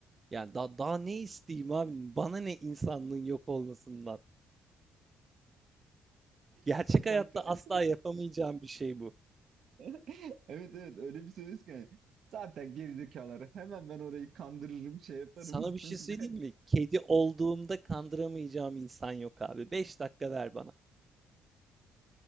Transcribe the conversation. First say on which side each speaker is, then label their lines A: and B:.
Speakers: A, on the right (about 30°); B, on the right (about 65°).
A: Yani da, daha ne isteyeyim abi? Bana ne insanlığın yok olmasından? Gerçek
B: <laughs>
A: hayatta
B: kanka.
A: asla
B: <laughs>
A: yapamayacağım bir şey bu.
B: Evet evet öyle bir söz ki. Zaten gerizekaları hemen ben orayı kandırırım şey yaparım.
A: Sana bir şey
B: <laughs>
A: söyleyeyim mi? Kedi olduğumda kandıramayacağım insan yok abi. Beş dakika ver bana.